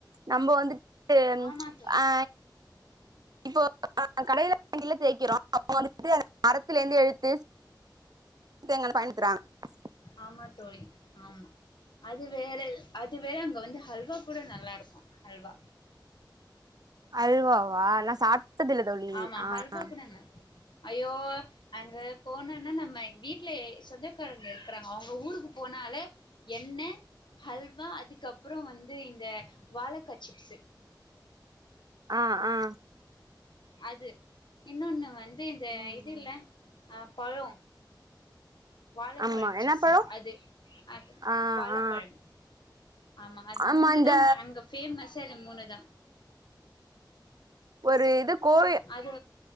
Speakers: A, on the right; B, on the left.
A: நம்ம வந்துட் டு
B: ஆமா தோழி
A: ஆ இப்போ நா கடையில வாங்கில தேக் <inaudible> <unintelligible> மரத்திலேந்து எழுத்து தேங்காண்ண <unintelligible>
B: ஆமா தோழி ஆமா அது வேற அது வேற இங்க வந்து ஹல்வா கூட நல்லா இருக்கு அல்வா
A: அல்வாவா நா சாப்டதில்ல தோழி
B: ஆமா
A: ஆஹ்
B: ஹல்வா கூட ந ஐயோ அங்க போனேனா நம்ம வீட் வீட்டுலே சொந்தக்காரங்க இருக்கிறாங்க அவுங்க ஊருக்கு போனாலே எண்ணெ ஹல்வா அதுக்கப்புறோ வந்து இந்த வாழக்கா சிப்ஸ்சு
A: அ ஆ
B: அது இன்னொன்னு வந் து இந்த
A: ம்
B: இதுல்ல ஆ பழோ வாழப்பழம்
A: ஆமா என்ன
B: சிப்ஸ்சு
A: பழோ
B: அது அது
A: ஆ
B: வாழப்பழம்
A: ஆ
B: ஆம்மா அது
A: ஆமா
B: மூணுதாமா
A: இந்த
B: அங்க ஃபேமஸ்சே அது மூணுதா
A: ஒரு இது கோயி
B: அது